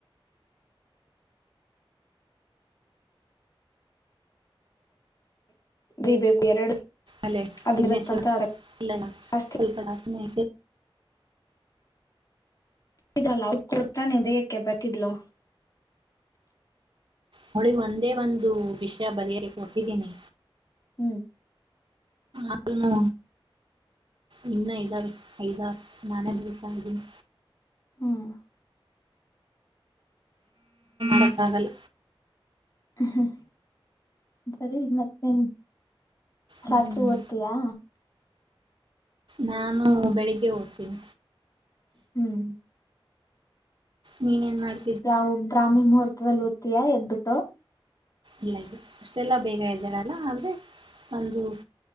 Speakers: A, on the left; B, on the right.
A: ಬಿೀ ಬು ಎರಡು
B: ಅಲ್ಲೇ
A: ಅದಿರುತ್ತಂತ
B: ತಿನಚ ಇಲ್ಲ
A: ಜಾಸ್ತಿ
B: ಸ್ವಲ್ಪಾಸನ
A: ಇದಲ್ಲ ಅವ ಕೊಡ್ತಾನೆ ಬೇಯಕ್ಕೆ ಬರ್ತಿದ್ಲು
B: ಹೋಳಿ ಒಂದೇ ಒಂದು ವಿಷಯ ಬರಿಿಯಾಗಿ ಕೊಟ್ಟಿದ್ದೀನಿ
A: ಹ್ಮ್
B: ಆನು ಇನ್ನು ಐದಾರ್ು ಐದಾರ್ ನಾನೇ ಬಿಡ್ತಾ ಇದ್ದೀನಿ
A: ಹ್ಮ್
B: ಮಕಾಗಲ್ಲ
A: ಹ್ಮ್ ಬರೀ ಮತ್ತೆನ್
B: ಹ್ಮ್
A: ರಾತ್ರಿ ಓದ್ತೀಯಾ
B: ನಾನು ಬೆಳಿಗ್ಗೆ ಹೋಗ್ತೀನಿ
A: ಹ್ಮ್
B: ನೀನೇನ್ ಮಾಡ್
A: ಯಾವವು ಬ್ರಾಹ್ಮಣ ಮುಹೂರ್ತವ ಅ ದ್ತಯಾ ಎದ್ಬಿಟ್ಟು
B: ಇಲ್ಲ ಅಷ್ಟೆಲ್ಲ ಬೇಗ ಇದ್ದಾರೆ ಆದ್ರೆ ಒಂದು